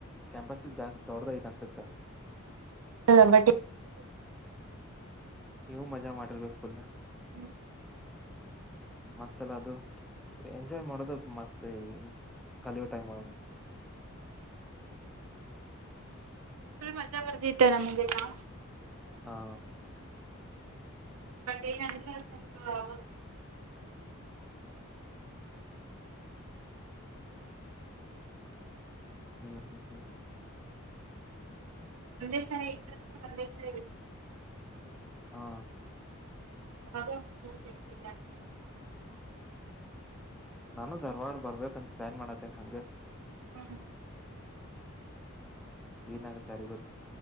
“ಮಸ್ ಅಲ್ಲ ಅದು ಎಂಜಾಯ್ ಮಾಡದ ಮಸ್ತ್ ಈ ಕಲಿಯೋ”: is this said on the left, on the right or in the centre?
Centre